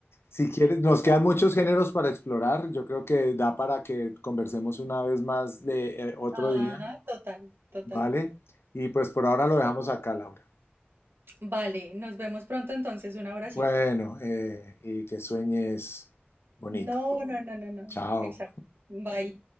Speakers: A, on the left; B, on the right.
A: Si quieres, nos
B: Total.
A: quedan muchos géneros para explorar. Yo creo que da para que conversemos una vez más de eh, otro
B: Ajá,
A: día,
B: total, total.
A: ¿vale? Y pues por ahora lo dejamos acá, Laura.
B: Vale, nos vemos pronto entonces. Un abracito.
A: Bueno, eh, y que sueñes bonito.
B: No, no, no, no, no.
A: Chao.
B: Exacto. Bye.